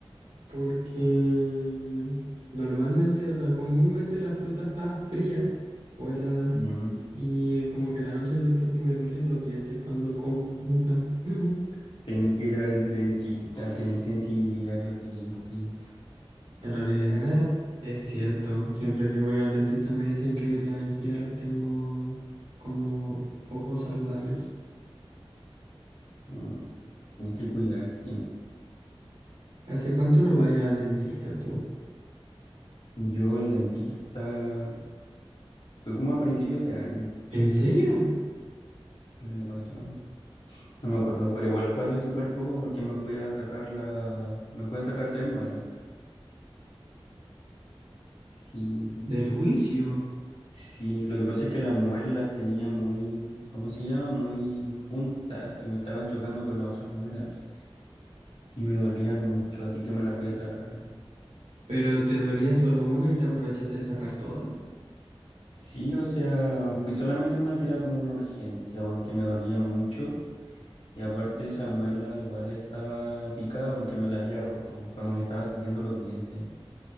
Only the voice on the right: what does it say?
porque normalmente, o sea, comúnmente la fruta está fría o helada
y como que en la noche siento que me duelen los dientes cuando como fruta. <laughs>
En realidad es cierto, siempre que voy al dentista me dicen que las encías las tengo como poco saludables.
¿Hace cuánto no vaya al dentista tú?
¿En serio?
¿Del juicio?
¿Pero te dolía solo una y te aprovechaste de sacar todas?